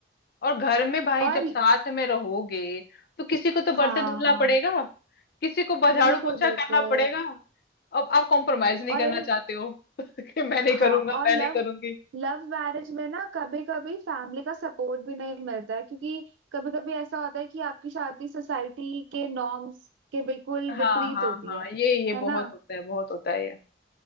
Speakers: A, on the left; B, on the right.
A: और घर में भाई
B: और
A: जब साथ में रहोगे तो किसी को तो बर्तन
B: हाँ
A: धुलना
B: हाँ
A: पड़ेगा किसी को ब- झाड़ू
B: बिल्कुल
A: पोछा
B: बिल्कुल
A: करना पड़ेगा अब आप कॉम्प्रोमाइज नहीं
B: और
A: करना चाहते हो <laughs> कि मैं नहीं
B: हाँ
A: करूंगा
B: और
A: मैं
B: लव
A: नहीं करूंगी
B: लव मैरिज में ना कभी कभी फैमिली का सपोर्ट भी नहीं मिलता है क्योंकि कभी कभी ऐसा होता है कि आपकी शादी सोसाइटी के नॉर्म्स के बिल्कुल
A: हाँ
B: विपरीत
A: हाँ
B: होती
A: हाँ
B: है
A: ये ये
B: है
A: बहुत
B: ना
A: होता है बहुत होता है